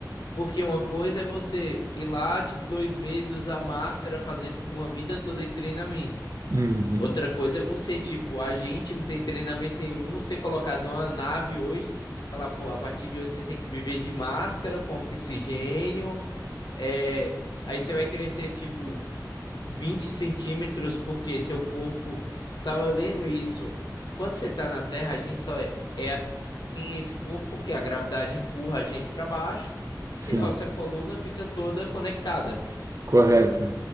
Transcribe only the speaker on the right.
Uhum.
Sim.
Correto.